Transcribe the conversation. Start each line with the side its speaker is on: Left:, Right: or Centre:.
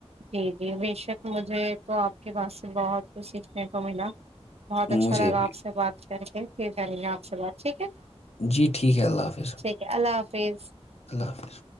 Right: جی جی بے شک مجھے تو آپ کے پاس سے بہت کچھ سیکھنے کو ملا بہت اچھا
Left: مجھے
Right: لگا
Left: بھی
Right: آپ سے بات کر کے پھر کریں گے آپ اچا بات ٹھیک ہے
Left: جی ٹھیک ہے اللہ حافظ
Right: ٹھیک ہے اللہ حافظ
Left: اللہ حافظ